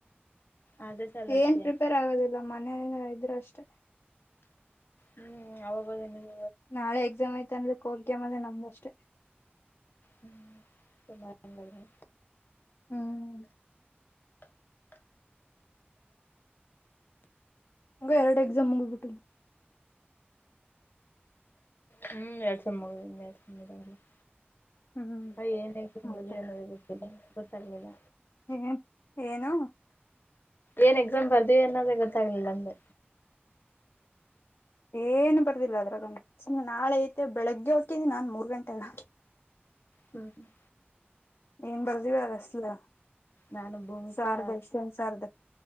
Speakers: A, on the left (about 60°); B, on the left (about 80°).
A: ಅದೇ ಸಲ್ ಆಗ್ತಯಾ
B: ಏನ್ ಪ್ರಿಪೇರ್ ಆಗೋದಿಲ್ಲ ಮನೆಲ್ ಇದ್ರೆ ಅಷ್ಟೇ.
A: ಹ್ಮ್ ಅಗೋ <unintelligible>
B: ನಾಳೆ ಎಕ್ಸಾಮ್ ಐತ ಅಂದ್ರೆ <unintelligible> ನಮ್ದಷ್ಟೇ.
A: ಹ್ಮ್ ಸುಮ್ ಆದ್ ಹಂಗದ್ರೆ.
B: ಹ್ಮ್ ಹಂಗ ಎರಡ ಎಕ್ಸಾಮ್ ಮುಗದಬುಟ್ಟು.
A: ಹ್ಮ್ ಎಕ್ಸಾಮ್ ಮುಗಿದು <unintelligible>
B: ಹ್ಮ್
A: ಅಯ ಏನ್ ಎಕ್ಸಾಮ್
B: ಮುಗಿತ
A: ಬರ್ದೀ ಅನ್ನದೆ ಗೊತ್ತಿಲ್ಲ ಗೊತ್ತಾಗ್ಲಿಲ್ಲ.
B: ಹೆ ಏನು.
A: ಏನ್ ಎಕ್ಸಾಮ್ ಬರ್ದೀವಿ ಅನ್ನೋದೇ ಗೊತ್ತಾಗಲಿಲ್ಲ ಅಂದೆ.
B: ಏನ್ ಬರ್ದಿಲ್ಲ ಅದ್ರಗನ ಸುಮ್ನೆ ನಾಳೆ ಐತೆ ಬೆಳಗ್ಗೆ ಓತಿನಿ ನಾನ್ ಮೂರ್ ಗಂಟೆ ಎಲ್ಲ.
A: ಹ್ಮ್ ಹ್ಮ್.
B: ಏನ್ ಬರ್ದಿಳ ಅದ <unintelligible>
A: ನಾನು ಭೂಮಿಕಾ
B: ಸಾರದ ಇಷ್ಟನ್ ಸಾರದ